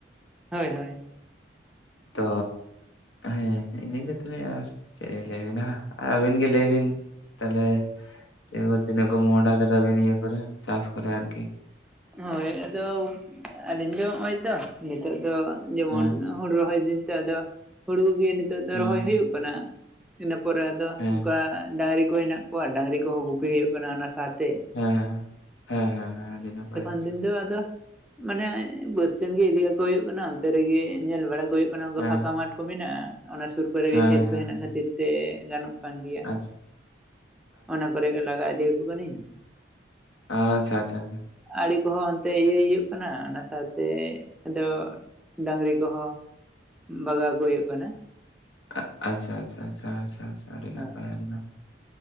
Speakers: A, in the centre; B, on the left.
A: ᱦᱳᱭ ᱦᱳᱭ᱾
B: ᱛᱚ ᱦᱮᱸ ᱤᱱᱟᱹ ᱜᱮ ᱛᱟᱦᱞᱮ ᱟᱨ ᱪᱮᱫ ᱤᱧ ᱞᱟᱹᱭ ᱟᱵᱤᱱᱟ, ᱟᱨ ᱟᱹᱵᱤᱱ ᱜᱮ ᱞᱟᱹᱭ ᱵᱤᱱ? ᱛᱟᱦᱚᱞᱮ ᱪ <unintelligible> ᱛᱤᱱᱟᱹᱜ ᱜ <unintelligible> ᱢᱚᱦᱰᱟ ᱠᱮᱫᱟᱵᱤᱱ ᱤᱭᱟᱹ ᱠᱚᱨᱮ ᱪᱟᱥ ᱠᱚᱨᱮ ᱟᱨᱠᱤ?
A: ᱦᱳᱭ ᱟᱫᱚ ᱟᱞᱤᱧ ᱫᱚ ᱱᱚᱜ-ᱚᱭ ᱛᱚ ᱱᱤᱛᱚᱜ ᱫᱚ ᱡᱮᱢᱚᱱ
B: ᱦᱮᱸ
A: ᱦᱩᱲᱩ ᱨᱚᱦᱚᱭ ᱫᱤᱱ ᱛᱚ ᱟᱫᱚ ᱦᱩᱲ ᱜᱮ ᱱᱤᱛᱚᱜ ᱫᱚ
B: ᱦᱩᱸ
A: ᱨᱚᱦᱚᱭ
B: ᱦᱩᱸ
A: ᱦᱩᱭᱩᱜ ᱠᱟᱱᱟ ᱤᱱᱟᱹ ᱯᱚᱨᱮ ᱟᱫᱚ
B: ᱦᱮᱸ
A: ᱚᱱᱠᱟ ᱰᱟᱺᱝᱨᱤ ᱠᱚ ᱦᱮᱱᱟᱜ ᱠᱚᱭᱟ ᱰᱟᱺᱝᱨᱤ ᱠᱚᱦᱚᱸ ᱜᱩᱯᱤ ᱦᱩᱭᱩᱜ ᱠᱟᱱᱟ ᱚᱱᱟ ᱥᱟᱶᱛᱮ᱾
B: ᱦᱮᱸ ᱦᱮᱸ ᱦᱮᱸ ᱦᱮᱸ ᱦᱮᱸ ᱟᱹᱰᱤ ᱱᱟᱯᱟᱭ᱾ ᱟᱪᱪᱷᱟ
A: ᱱᱤᱛ ᱫᱚ ᱟᱫᱚ ᱢᱟᱱᱮ ᱵᱟᱹᱫᱽ ᱥᱮᱱ ᱜᱮ ᱤᱫᱤ ᱠᱟᱠᱚ ᱦᱩᱭᱩᱜ ᱠᱟᱱᱟ, ᱚᱱᱛᱮ ᱨᱮᱜᱮ ᱧᱮᱞ ᱵᱟᱲᱟ ᱠᱚ ᱦᱩᱭᱩᱜ ᱠᱟᱱᱟ
B: ᱦᱮᱸ
A: ᱯᱷᱟᱸᱠᱟ ᱢᱟᱴ ᱠᱚ ᱢᱮᱱᱟᱜᱼᱟ᱾ ᱚᱱᱟ ᱥᱩᱨ ᱠᱚᱨᱮ
B: ᱦᱮᱸ
A: ᱜᱮ ᱠᱷᱮᱛ ᱠᱚ
B: ᱦᱮᱸ
A: ᱦᱮᱱᱟᱜ ᱠᱷᱟᱹᱛᱤᱨ ᱛᱮ ᱜᱟᱱᱚᱜ ᱠᱟᱱ ᱜᱮᱭᱟ
B: ᱟᱪᱪᱷᱟ
A: ᱚᱱᱟ ᱠᱚᱨᱮ ᱜᱮ ᱞᱟᱜᱟ ᱤᱫᱤ ᱠᱟᱠᱚ ᱠᱟᱹᱱᱟᱹᱧ᱾
B: ᱟᱪᱪᱷᱟ ᱟᱪᱪᱷᱟ ᱟᱪᱪᱷᱟ᱾
A: ᱫᱟᱨᱤ ᱠᱚᱦᱚᱸ ᱚᱱᱛᱮ ᱤᱭᱟᱹᱭ ᱦᱩᱭᱩᱜ ᱠᱟᱱᱟ ᱚᱱᱟ ᱥᱟᱸᱶᱛᱮ ᱟᱫᱚ, ᱰᱟᱺᱝᱨᱤ ᱠᱚᱦᱚᱸ ᱵᱟᱜᱟᱣ ᱠᱚ ᱦᱩᱭᱩᱜ ᱠᱟᱱᱟ᱾
B: ᱟᱪᱪᱷᱟ ᱟᱪᱪᱷᱟ ᱟᱪᱪᱷᱟ ᱟᱪᱪᱷᱟ ᱟᱪᱷᱟ ᱟᱹᱰᱤ ᱱᱟᱯᱟᱭ
A: ᱦᱳᱭ
B: ᱟᱹᱰᱤ ᱱᱟᱯᱟᱭ᱾